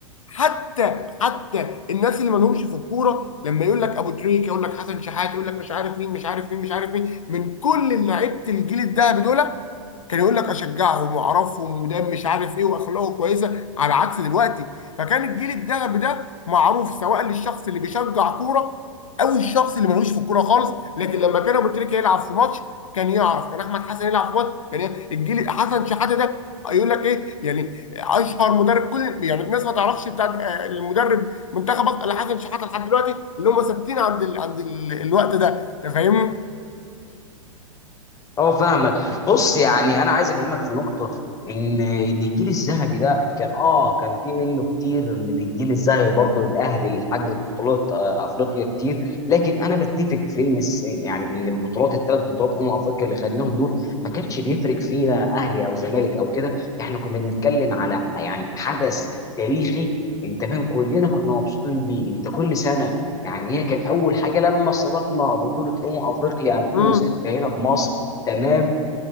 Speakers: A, on the left; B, on the left.
A: حتى حتى الناس اللي ما لهمش في الكورة لما يقول لك أبو تريكة يقول لك حسن شحاتة يقول لك مش عارف مين مش عارف مين مش عارف مين من كل لعيبة الجيل الذهبي دول كان يقول لك اشجعهم واعرفهم وده مش عارف ايه واخلاقه كويسه على عكس دلوقتي فكان الجيل الذهبي ده معروف سواء للشخص اللي بيشجع كوره او الشخص اللي ملوش في الكوره خالص لكن لما كان ابو تريكه يلعب في ماتش كان يعرف كان احمد حسن يلعب في ماتش كان ي- الجيل حسن شحاته ده يقول لك ايه يعني اشهر مدرب كل يعني الناس ما تعرفش بتاع آه، المدرب منتخب مصر الا حسن شحاته لحد دلوقتي اللي هم ثابتين عند ال... عند ال... الوقت ده انت فاهمني؟
B: اه فاهمك بص يعني انا عايز اكلمك في نقطه ان ان الجيل الذهبي ده كان اه كان في منه كتير من الجيل الذهبي برضه الاهلي اللي حقق بطولات آه، افريقيا كتير لكن انا بتفق في ان الس- يعني ان البطولات الثلاث بطولات امم افريقيا اللي خدناهم دول ما كانش بيفرق فينا اهلي او زمالك او كده احنا كنا بنتكلم على يعني حدث تاريخي انت فاهم كلنا كنا مبسوطين بيه انت كل سنه يعني هي كانت اول حاجه لما استضفنا بطوله امم افريقيا 2006
A: امم
B: هنا في مصر تمام